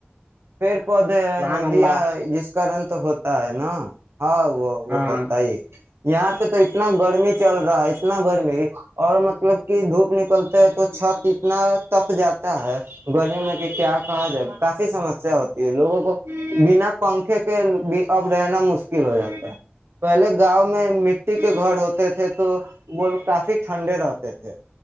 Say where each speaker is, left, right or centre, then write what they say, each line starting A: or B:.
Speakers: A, on the right (about 75°); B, on the right (about 50°).
A: پیڑ پودے
B: سبحان
A: ہے ندیاں
B: اللہ
A: ہے جس کرن تو ہوتا ہے نا ہاں وہ
B: ہاں
A: وہ ہوتا ہی ہے یہاں پہ تو اتنا گرمی چل رہ رہا اتنا گرمی اور مطلب کہ دھوپ نکلتا ہے تو چھت اتنا تپ جاتا ہے گرمی میں کہ کیا کہا جائے کافی سمس ہوتی ہے لوگوں کو بنا پنکھے کے اب رہنا مشکل ہو جاتا ہے پہلے گاؤں میں مٹی کے گھر ہوتے تھے تو وہ کافی ٹھنڈے رہتے تھے